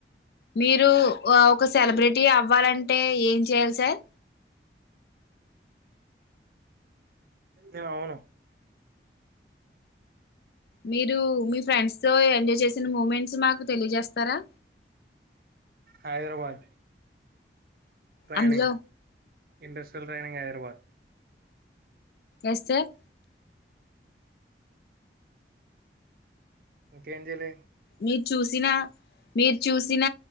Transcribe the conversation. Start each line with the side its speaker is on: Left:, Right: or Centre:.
Left: మీరు ఒక సెలబ్రిటీ అవ్వాలంటే ఏం చెయాలి సార్
Right: ఏ అవును
Left: మీరు మీ ఫ్రెండ్స్ తో ఎంజాయ్ చేసిన మూమెంట్స్ మాకు తెలియజేస్తారా
Right: హైదరాబాద్ ట్రైనింగ్
Left: అందులో
Right: ఇండస్ ట్రైనింగ్ హైదరాబాద్
Left: ఎస్ సార్
Right: ఇంకేం చేయాలి
Left: మీరు చూసిన మీరు చూసిన